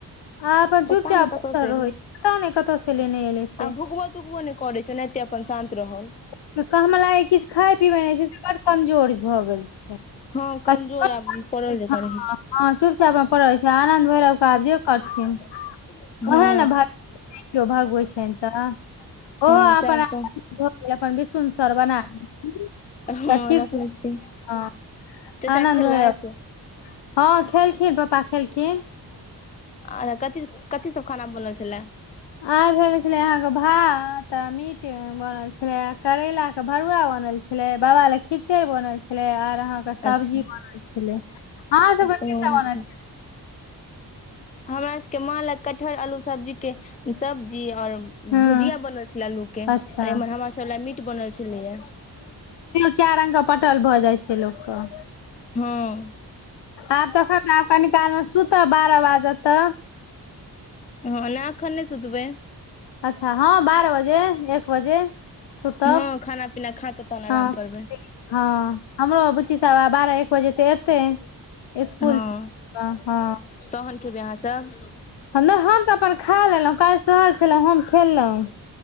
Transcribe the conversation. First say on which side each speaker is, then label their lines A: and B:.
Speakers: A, on the left; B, on the left.
A: आ अपन
B: पता
A: चुपचापतर
B: नहि कतऽ से
A: रहै
B: एलै
A: छै पता नै कतऽ स लेने एलै से।
B: आ भुकबो तुकबो नहि करै छै एनाहिते अपन शान्त रहल।
A: तऽ कऽ हमा लागैया किछ खाय पिबै नैय छै से बड़ कमजोर भऽ गेल छै
B: हँ कमजोर
A: <unintelligible>
B: आ पड़ल जकाँ
A: हँ
B: रहै
A: हँ ठीक <unintelligible> पड़ै छै आनन्द भैरव कऽ आब जे करथिन
B: छै हँ
A: ओएह न भै नै किओ भगवैन छैन। <unintelligible> ओहो आपर
B: हँ सएह तऽ
A: <unintelligible> अपन बिसुन सर बना <unintelligible>
B: हँ
A: तऽ ठीक
B: रखने
A: <unintelligible>
B: छथिन
A: हँ
B: चाचा
A: आनन्द
B: खेलथि
A: भैया हँ खेलखिन पप्पा खेलखिन।
B: आ कथी कथी सब खाना में बनल छलै?
A: आय भेल छेलैयै अहाँके भात आ मी मीट बनल छलैयै करैला कऽ भरुआ बनल छलै बाबा लै खिचैड़ बनल छलै आर तऽ अहाँके सब्जी
B: अच्छा
A: बनल छेलै अहाँ सबके
B: ओहो
A: की सब बनल
B: छै हमरा सबके माँ लै कटहर अल्लू सब्जी के सब्जी और
A: हँ
B: भुजिया बनल छलै अल्लूके और
A: अच्छा
B: एम्हर हमरा सभ लै मीट बनल छलैए।
A: किऐ रंग के पटल भऽ जाइ छै लोक कऽ।
B: हँ।
A: आब तखन आब कनी काल में सुतब बारह बाजत तऽ।
B: हँ नै एखन नैय सुतबै।
A: अच्छा हँ बारह बजे एक बजे। सुतब
B: हँ खाना-पीना खाकऽ तहन
A: हँ
B: अराम करबै।
A: हँ हमरो बुच्ची सब बारह एक बजे तऽ एतै इस्कूल
B: हँ
A: स हँ।
B: तहन खेबै अहाँसभ
A: नैय हम तऽ अपन खाय लेलहुँ काल्हि सहल छलहुॅं हम खेललहुँ।